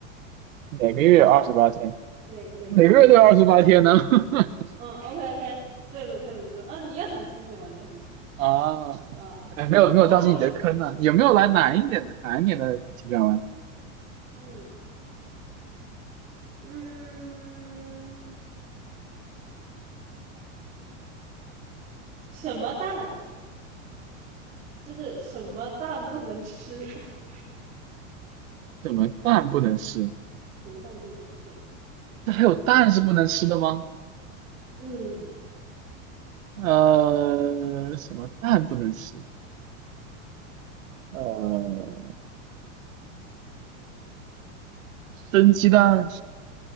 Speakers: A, on the right; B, on the right.
A: 每个月有二十八天，
B: 哪哪个月？
A: 每个月都有二十八天呢。
B: <laughs>
A: <laughs>
B: 嗯，OK OK，对的对的对的啊，你也很聪明嘛，你也很聪明
A: 啊，
B: 啊，
A: 哎，
B: 就唬不到你。
A: 没有没有掉进你的坑呢、有没有来难一点的难一点的急转弯？
B: 嗯嗯嗯，什么蛋？就是什么蛋不能吃？<laughs>
A: 什么蛋不能吃？
B: 什么蛋不能吃？
A: 这还有蛋是不能吃的吗？
B: 嗯
A: 呃，什么蛋不能吃？呃，生鸡蛋，